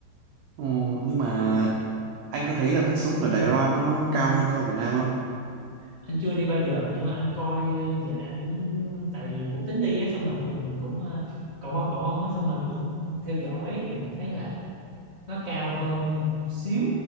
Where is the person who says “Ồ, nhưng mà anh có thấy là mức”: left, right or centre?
Right